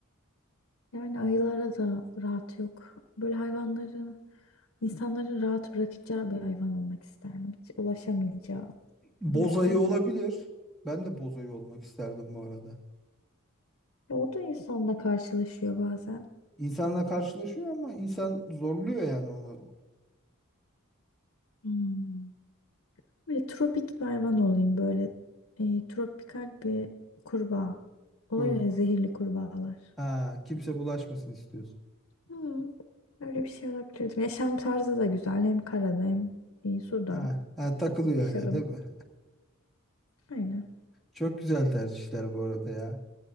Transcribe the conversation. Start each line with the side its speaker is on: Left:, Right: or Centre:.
Left: Yani ayılara da rahat yok. Böyle hayvanların, insanların rahat bırakacağı bir hayvan olmak isterdim. Hiç ulaşamayacağı.
Centre: <laughs> Boz
Left: O yüzden
Centre: ayı olabilir. Ben de boz ayı olmak isterdim bu arada.
Left: ya o da insanla karşılaşıyor bazen.
Centre: İnsanla karşılaşıyor ama insan zorluyor yani onu.
Left: Hmm. Böyle tropik bir hayvan olayım böyle. E, tropikal bir kurbağa. Oluyor
Centre: Koru-
Left: ya zehirli kurbağalar.
Centre: Ha, kimse bulaşmasın istiyorsun.
Left: Hmm, öyle bir şey olabilirdim. Yaşam tarzı da güzel. Hem karada hem e, suda.
Centre: Ha, ha, takılıyor
Left: Yaşarım.
Centre: öyle değil mi?
Left: Aynen.
Centre: Çok güzel tercihler bu arada ya.